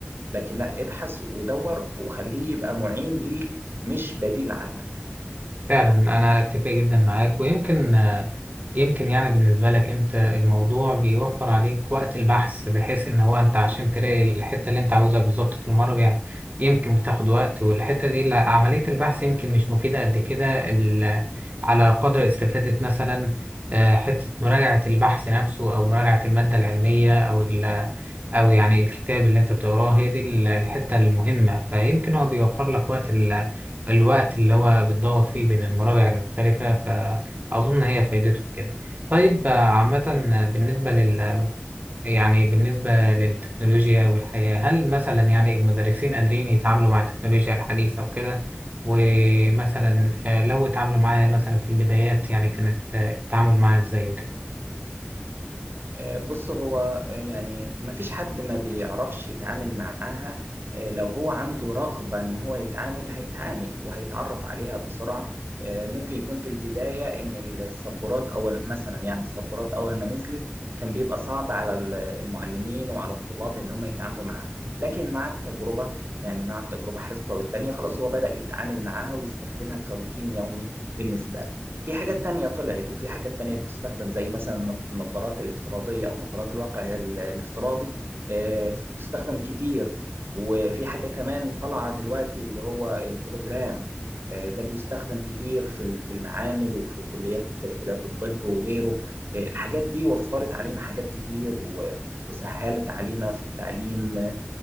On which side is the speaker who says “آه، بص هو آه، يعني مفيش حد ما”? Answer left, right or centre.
Right